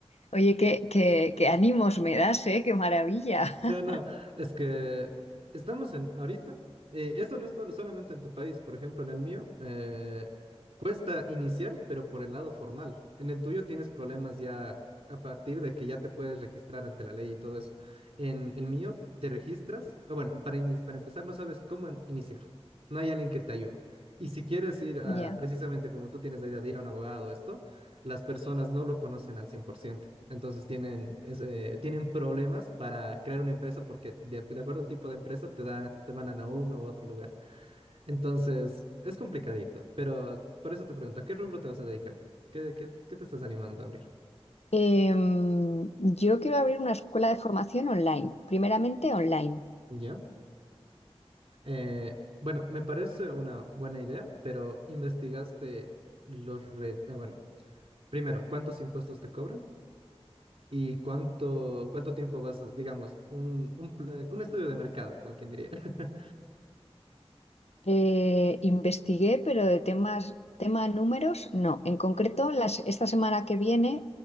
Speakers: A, on the left; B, on the right.
A: Oye, qué, qué, qué ánimos me das, ¿eh? Qué maravilla.
B: No,
A: <laughs>
B: no, es que estamos en ahorita, eh, esto no es todo- solamente en tu país, por ejemplo, en el mío, eh, cuesta iniciar, pero por el lado formal. En el tuyo tienes problemas ya a partir de que ya te puedes registrar ante la ley y todo eso. En el mío te registras, o bueno, para, ini- para empezar no sabes cómo in- iniciar, no hay alguien que te ayude. Y si quieres ir a,
A: Ya.
B: precisamente como tú tienes la idea de ir a un abogado, esto las personas no lo conocen al cien por ciento Entonces tienen, es, eh, tienen problemas para crear una empresa porque de, de acuerdo al tipo de empresa te da, te mandan a uno u otro lugar. Entonces es complicadito, pero por eso te pregunto, ¿a qué rubro te vas a dedicar tú? ¿Qué, qué, qué te estás animando a abrir?
A: Em, yo quiero abrir una escuela de formación online, primeramente online.
B: ¿Ya? Eh, bueno, me parece una buena idea, pero investigaste los retos. Bueno, primero, ¿cuántos impuestos te cobran? ¿Y cuánto, cuánto tiempo vas, a- digamos, un, un, pla- un estudio de mercado, como quien diría? <laughs>
A: Eh, investigué, pero de temas, tema números, no. En concreto, las, esta semana que viene